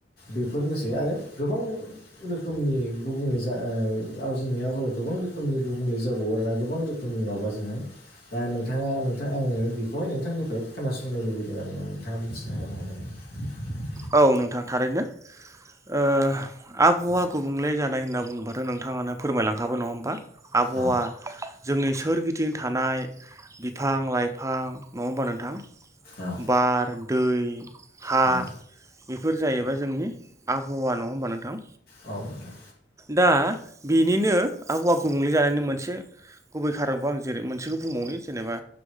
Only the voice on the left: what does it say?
बेफोरनोसै आरो गोबां रोखोमनि गुबुंले जा राव <unintelligible> जेंनायाब <unintelligible> गोबां रोखोमनि गुबुंले जाबावो आरोना गोबां रोखोमनि माबाजोंहाय दा नोंथाङा आङो बेखौ नोंथांनिफ्राय खोनासंनो लुबैदों आरो ना नोंथाङा मिथिनो हानो <unintelligible> हागोन
औ
औ
औ
औ नोंथां